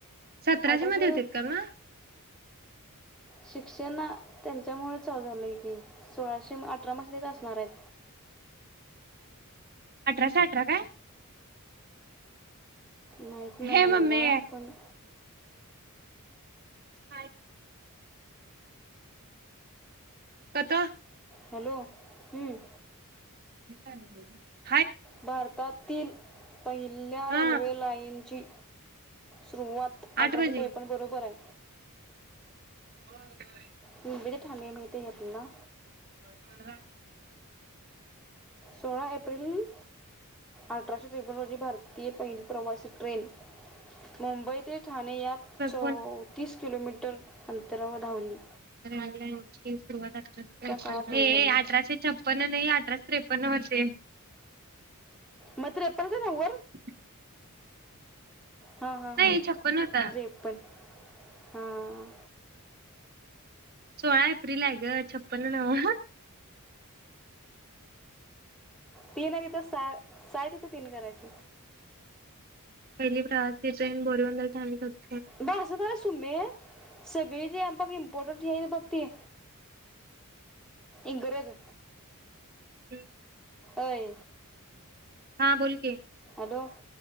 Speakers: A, on the right; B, in the centre.
A: सतराशे
B: अठराशे
A: मध्ये होतीत का म?
B: शिक्षणा त्यांच्या त्यामुळ चालू झालंय की सोळाशे अठरा मध्येच असणार आहेत.
A: अठराशे अठरा काय?
B: माहित नाही
A: हे मम्मी
B: मला पण
A: हाय. कता
B: हॅलो हम्म
A: हे काय नवीन आणि
B: भारतातील पहिल्या
A: हा
B: रेल्वे लाईन ची सुरुवात अठराशे
A: आठ बजे
B: त्रेपन्न बरोबरय.
A: होय व्हय.
B: पिंपरी ठाणे माहिती आहे आपल्याला?
A: ब
B: सोळा एप्रिल अठराशे त्रेपन्न रोजी भारतीय पहिली प्रवासी ट्रेन मुंबई ते ठाणे या चौतीस
A: फोन
B: किलोमीटर अंतरावर धावीला
A: ऑनलाइन ची सुरुवात पण अठराशे त्रेपन्न
B: काळात सुरू
A: एक ए
B: झाली
A: ए अठराशे छप्पन्न नाही अठराशे त्रेपणं वर्ष ये
B: म त्रेपनच नव
A: <inaudible>
B: हां हां
A: नाही
B: हां
A: छप्पन होता
B: त्रेपन्न हां
A: सोळा एप्रिल आहे ग छप्पन नव
B: तीन आणि सहा सहा तिथ तीन करायच
A: पहिली प्रवासी ट्रेन बोरीवंदलच्या अलीकडं उत
B: बारशात हाय ना सुमे सगळी जॅम्पक इम्पॉर्टंट ये ये बघती ये. इंग्रज
A: हम्
B: अय
A: हा बोल की.
B: हलो